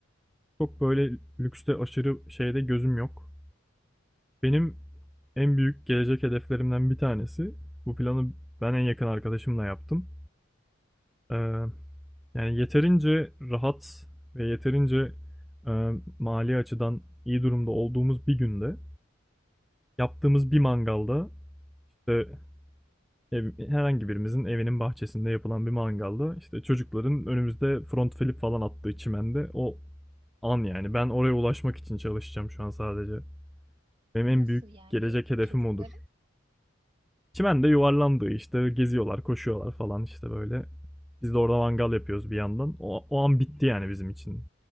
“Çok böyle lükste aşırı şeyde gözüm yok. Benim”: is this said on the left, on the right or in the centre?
Centre